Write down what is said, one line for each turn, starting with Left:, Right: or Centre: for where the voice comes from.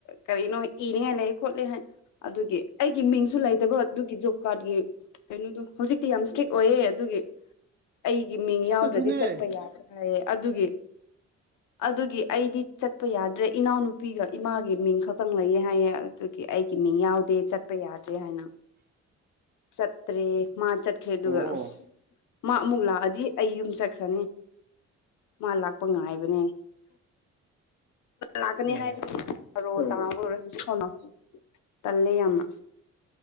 Left: ꯀꯔꯤꯅꯣ ꯏꯅꯤ ꯍꯥꯏ ꯂꯩꯑꯦ ꯈꯣꯠꯂꯦ ꯍꯥꯏ ꯑꯗꯨꯒꯤ ꯑꯩꯒꯤ ꯃꯤꯡꯁꯨ ꯂꯩꯇꯕ ꯑꯗꯨꯒꯤꯖꯨ ꯀꯥꯔꯠꯀꯤ ꯀꯩꯅꯣꯗꯣ ꯍꯧꯖꯤꯛꯇꯤ ꯌꯥꯝ ꯏꯁꯇ꯭ꯔꯤꯛ ꯑꯣꯏꯌꯦꯦ ꯑꯗꯨꯒꯤ ꯑꯩ ꯒꯤ ꯃꯤꯡ
Right: ꯏꯁ
Left: ꯌꯥꯎꯗ꯭ꯔꯗꯤ
Right: ꯑꯗꯨꯅꯦ
Left: ꯆꯠꯄ ꯌꯥꯗ꯭ꯔꯦ ꯍꯥꯏꯌꯦ ꯑꯗꯨꯒꯤ ꯑꯗꯨꯒꯤ ꯑꯩꯗꯤ ꯆꯠꯄ ꯌꯥꯗ꯭ꯔꯦ ꯏꯅꯥꯎꯅꯨꯄꯤꯒ ꯏꯃꯥꯒꯤ ꯃꯤꯡ ꯈꯛꯇꯪ ꯂꯩꯌꯦ ꯍꯥꯏꯌꯦ ꯑꯗꯨꯒꯤ ꯑꯩꯒꯤ ꯃꯤꯡ ꯌꯥꯎꯗꯦ ꯆꯠꯄ ꯌꯥꯗ꯭ꯔꯦ ꯍꯥꯏꯅ ꯆꯇ꯭ꯔꯤ ꯃꯥ ꯆꯠꯈ꯭ꯔꯦ ꯑꯗꯨꯒ
Right: ꯑꯣ
Left: ꯃꯥ ꯑꯃꯨꯛ ꯂꯥꯛꯑꯗꯤ ꯑꯩ ꯌꯨꯝ ꯆꯠꯈ꯭ꯔꯅꯤ ꯃꯥ ꯂꯥꯛꯄ ꯉꯥꯏꯕꯅꯦ ꯂꯥꯛꯀꯅꯤ
Right: ꯑꯣ
Left: ꯍꯥꯏꯕꯣ ꯂ ꯑꯣꯏꯔꯦ ꯍꯧꯖꯤꯛ ꯁꯣ ꯇꯜꯂ ꯌꯥꯝꯅ